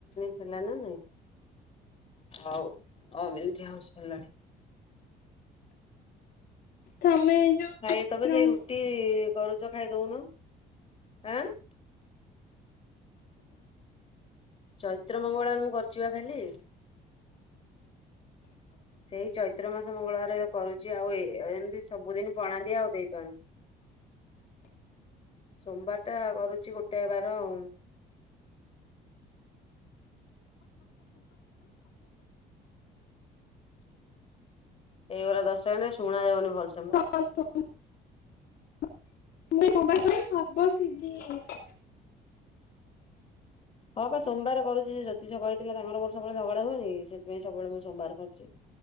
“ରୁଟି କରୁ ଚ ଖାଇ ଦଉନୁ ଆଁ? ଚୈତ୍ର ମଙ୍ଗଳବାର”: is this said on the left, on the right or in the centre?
Left